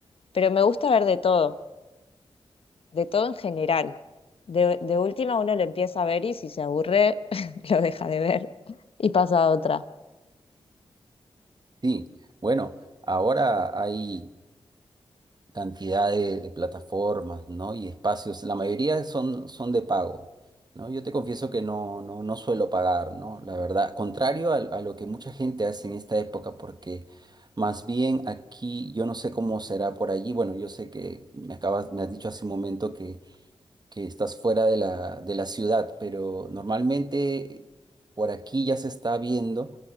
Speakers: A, on the left (about 60°); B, on the right (about 40°).
A: Pero me gusta ver de todo, de todo en general. De, de última uno lo empieza a ver y si se aburre, <laughs> lo deja de ver y pasa a otra.
B: Sí, bueno, ahora hay cantidad de, de plataformas, ¿no? Y espacios, la mayoría son, son de pago, ¿no? Yo te confieso que no, no, no suelo pagar, ¿no? La verdad, contrario al- a, lo que mucha gente hace en esta época, porque más bien aquí, yo no sé cómo será por allí, bueno, yo sé que me acabas, me has dicho hace un momento que estás fuera de la, de la ciudad, pero normalmente por aquí ya se está viendo